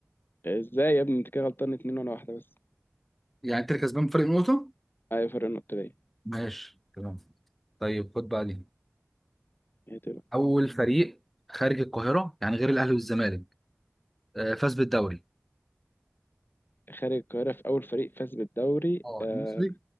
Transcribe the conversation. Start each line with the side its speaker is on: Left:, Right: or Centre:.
Left: ازاي يا ابني انت كده غلطان اتنين وانا واحدة بس
Centre: يعني انت اللي كسبان بفرق نقطه
Left: ايوه فرق النقطة ليا
Centre: ماشي تمام طيب خد بقى دي
Left: هي تبقى
Centre: اول فريق خارج القاهره يعني غير الاهلي والزمالك آه، فاز بالدوري
Left: خارج القاهرة في أول فريق فاز بالدوري
Centre: اه
Left: آه
Centre: المصري